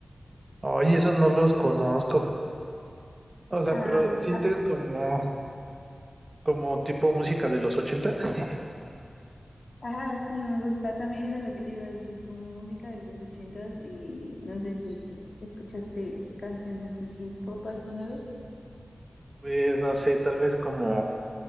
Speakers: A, on the right; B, on the left.
A: oye, esos no los conozco. O sea,
B: Am,
A: pero ¿sientes como, como tipo música de los 80? <laughs>
B: Ah, sí, me gusta. También era lo que te iba a decir, como música de los ochentas. eh, no sé si escuchaste canciones de synth-pop alguna vez.
A: Pues no sé, tal vez como